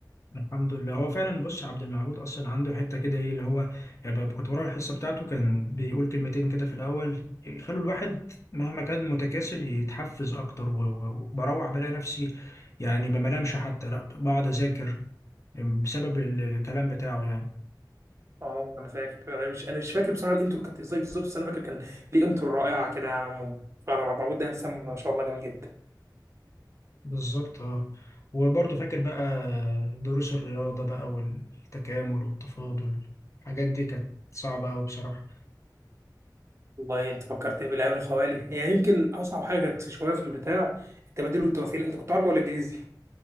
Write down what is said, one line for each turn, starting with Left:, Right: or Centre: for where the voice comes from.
Left: الحمد لله هو فعلا بص عبد المعبود اصلا عنده حته كده ايه اللي هو يعني ب- كنت بروح الحصه بتاعته كان بيقول كلمتين كده في الاول يخلوا الواحد مهما كان متكاسل يتحفز اكتر و- و- وبروح بلاقي نفسي يعني ما بنامش حتى لا بقعد اذاكر بسبب ال- الكلام بتاعه يعني
Right: <laughs> اه انا فاكر انا مش انا مش فاكر بصراحه الانترو كانت ازاي بالظبط بس انا فاكر كان ليه انترو رائعه كده يعني عموما فعلا عبد العبود ده انسان ما شاء الله جميل جدا
Left: بالظبط اه وبرضه فاكر بقى دروس الرياضه بقى والتكامل والتفاضل الحاجات دي كانت صعبه قوي بصراحه
Right: والله انت فكرتني بالايام الخوالي يعني يمكن اصعب حاجه كانت شويه في البتاع التبادل والتوفيق انت كنت عربي ولا انجليزي؟